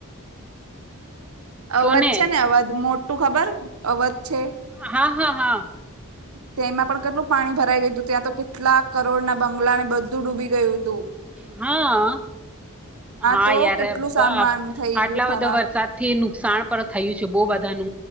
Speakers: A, on the right; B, in the centre.
A: અવધ
B: કોને
A: છે ને અવધ મોટું ખબર અવધ છે.
B: હા- હા- હા.
A: તેમાં પણ કેટલું પાણી ભરાઈ ગયું હતું ત્યાં તો કેટલા કરોડના બંગલા ને બધું ડૂબી ગયું તું.
B: હાઆ, હા
A: તો
B: યાર
A: કેટલું
B: આટલા
A: સામાન થઈ ગયું ખરાબ
B: બધો વરસાદ. થી નુકસાન પણ થયું છે બો બધા નુ